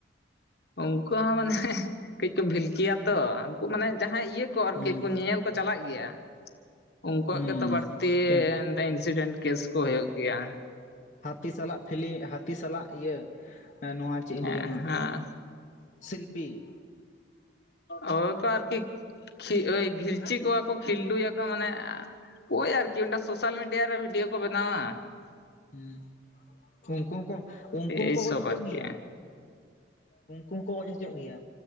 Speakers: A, on the left (about 55°); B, on the left (about 40°).
A: ᱩᱝᱠᱩ ᱦᱚᱸ ᱢᱟᱱᱮ ᱠᱟᱹᱡ ᱠᱚ ᱵᱷᱤᱞᱠᱤᱭᱟ ᱛᱚ, ᱩᱝᱠᱩ ᱢᱟᱱᱮ ᱡᱟᱦᱟᱸᱭ ᱤᱭᱟᱹ᱾ ᱠᱚ ᱟᱨᱠᱤ
B: ᱦᱩᱸ
A: ᱠᱚ ᱧᱮᱧᱮᱞ ᱠᱚ ᱪᱟᱞᱟᱜ ᱜᱮᱭᱟ᱾ ᱩᱝᱠᱩᱣᱟᱜ
B: ᱦᱩᱸ
A: ᱜᱮᱛᱚ ᱵᱟᱹᱲᱛᱤ
B: ᱠᱮᱢ
A: ᱤᱱᱥᱤᱰᱮᱱᱴ ᱠᱮᱹᱥ ᱠᱚ ᱦᱩᱭᱩᱜ ᱜᱮᱭᱟ᱾
B: ᱦᱟᱹᱛᱤ ᱥᱟᱞᱟᱜ ᱯᱷᱤᱞᱤ, ᱦᱟᱹᱛᱤ ᱥᱟᱞᱟᱜ ᱤᱭᱟᱹ ᱱᱚᱣᱟ ᱪᱮᱫ ᱤᱧ
A: ᱦᱮᱸ
B: ᱞᱟᱹᱭ ᱟᱢᱟ
A: ᱦᱟᱸ
B: ᱥᱤᱞᱯᱤ
A: ᱦᱳᱭ ᱠᱚ ᱟᱨᱠᱤ᱾ ᱠᱷᱤ ᱳᱭ ᱠᱷᱤᱞᱪᱤ ᱠᱚᱣᱟ ᱠᱚ ᱠᱷᱤᱞᱰᱩᱭᱟᱠᱚ ᱢᱟᱱᱮ ᱳᱭ ᱟᱨᱠᱤ ᱢᱤᱫᱴᱟᱝ ᱥᱳᱥᱟᱞ ᱢᱤᱰᱤᱭᱟ ᱨᱮ ᱵᱷᱤᱰᱭᱳ ᱠᱚ ᱵᱮᱱᱟᱣᱟ᱾
B: ᱦᱩᱸ, ᱩᱝᱠᱩ ᱦᱚᱸᱠᱚ, ᱩᱝᱠᱩ
A: ᱮᱭᱥᱚᱵ
B: ᱦᱚᱸᱠᱚ ᱜᱚᱡ ᱦᱚᱪᱚᱜ
A: ᱟᱨᱠᱤ
B: ᱜᱮᱭᱟ᱾ ᱩᱝᱠᱩ ᱦᱚᱸᱠᱚ ᱜᱚᱡ ᱦᱚᱪᱚᱜ ᱜᱮᱭᱟ᱾